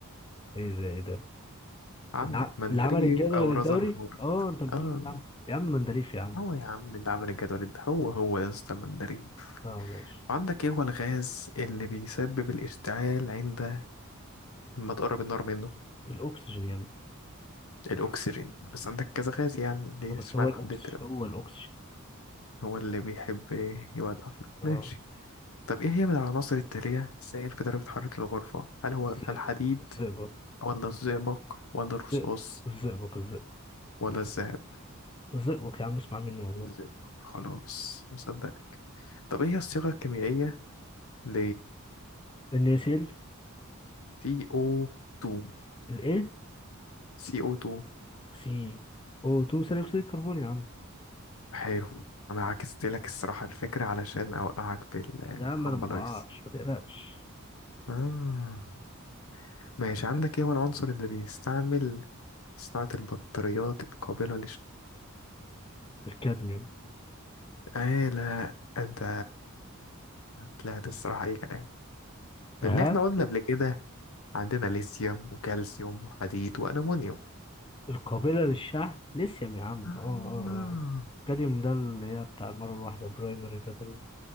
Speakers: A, on the left (about 25°); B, on the left (about 75°).
A: ايه ده ايه ده
B: عندك
A: الع...
B: مندليف
A: العمل الجدول
B: او رذرفورد
A: الدوري اه انت اللي
B: اه
A: بتقول العمل يا عم مندليف يا عم
B: هو يا عم اللي عمل الجدول ده هو هو يا اسطى مندليف
A: اه ماشي
B: وعندك ايه هو الغاز اللي بيسبب الاشتعال عند لما تقرب النار منه
A: الاكسجين يا ابني
B: الاكسجين بس عندك كذا غاز يعني ليه
A: بس
B: اشمعنى
A: هو الأوكسجين
B: حددت له؟
A: هو الأوكسجين
B: هو اللي بيحب يولع فيه.
A: اه
B: ماشي طب إيه هي من العناصر التالية سائل في درجة حرارة الغرفة؟ هل هو
A: الزئبق
B: الحديد
A: الزئبق
B: ولا الزئبق ولا الرصاص
A: زئ- الزئبق الزئبق
B: ولا الذهب؟
A: الزئبق يا عم اسمع مني والله
B: ازاي خلاص مصدق طب إيه هي الصيغة الكيميائية ل
A: النيسيل
B: CO2
A: الايه
B: CO2
A: سي او 2 ثاني أكسيد الكربون يا عم
B: حلو أنا عكست لك الصراحة الفكرة علشان أوقعك في الهامبلايز
A: يا عم أنا ما بقعش ما تقلقش
B: آه ماشي عندك إيه هو العنصر اللي بيستعمل في صناعة البطاريات القابلة
A: الكادميوم
B: ايه لا انت طلعت الصراحة اي كلام لان
A: ها
B: احنا قلنا قبل كده عندنا ليثيوم وكالسيوم وحديد والومنيوم
A: القابلة للشحن ليثيوم يا عم
B: آه.
A: اه اه اه الكادميوم ده اللي هي بتاع المرة الواحدة البرايمري باتريز